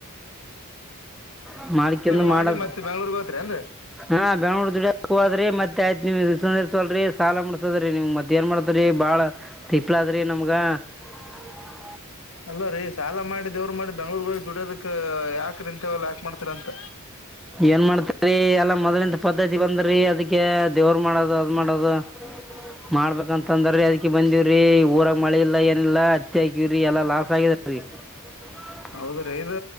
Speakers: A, in the centre; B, on the left (about 65°).
A: ಹ ಮಾಡಿಕಂದು
B: ಮಾಡಿ
A: ಮಾಡದು
B: ಮತ್ತೆ ಬೆಂಗ್ಳೂರ್ಗ್ ಹೋತ್ರೇನ್ರಿ
A: ಹಾ ಬೆಂೂರು ದುಡಿಯಕ ಹದ್ರೆ ಮತ್ತೆ ಆಯ್ತ್ರಿ ಇಸ್ಕೊಂಡದೀರ್ತೆವಲ್ಲ್ರಿ ಸಾಲ ಮುಟ್ಟಸೋಡ್ರಿ ನಿಮ್ ಮತ್ ಏನ್ ಮಾಡ್ತ್ರರಿ ಬಾಳ ತಿಪ್ಪಲದ್ರಿ ನಮ್ಗ <unintelligible>
B: ಅಲ್ಲ ರೀ ಸಾಲ ಮಾಡಿದವ್ರು ಮಾಡಿ ಬೆಂಗಳೂರಿಗ ಹೋಗಿ ದುಡಿಯೋದಕ್- ಯಾಕ್ರೀ ಇಂತವಲ್ಲ ಯಾಕ ಮಾಡ್ತಿರಂತ.
A: ಏನ್ ಮಾಡ್ತರಿ ಎಲ್ಲಾ ಮೊದ್ಲಂತ ಪದ್ಧತಿ ಬಂದ್ರಿ ಅದಕ್ಕೆ ದೇವ್ರ ಮಾಡೋದು ಅದ್ ಮಾಡದು - ಮಾಡ್ಬೇಕಂತಂದ್ರೀ ಅದಕ ಬಂದಿವ್ರಿ ಊರಾಗ ಮಳೆ ಇಲ್ಲ ಏನಿಲ್ಲ ಹತ್ತಿ ಹಾಕಿವ್ರಿ ಎಲ್ಲಾ ಲಾಸ್ ಆಗಿದ. <unintelligible>
B: ಹೌದ್ರೀ ಇದ